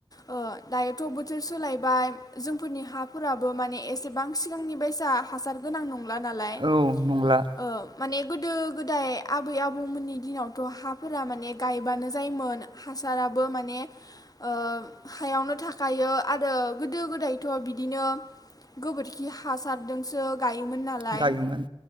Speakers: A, on the left; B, on the right.
A: ओ दायोथ' बोथोर सोलायबाय जोंफोरनि हाफोराबो माने एसेबां सिगांनि बायसा हासार गोनां नंला नालाय
B: औ नंला
A: ओ माने गोदो गोदाय आबै आबौमोननि दिनावथ' हाफोरा माने गायबानो जायोमोन हासाराबो माने ओ हायावनो थाखायो आरो गोदो गोदायथ' बिदिनो गोबोरखि हासारजोंसो गायोमोन नालाय
B: गायोमोन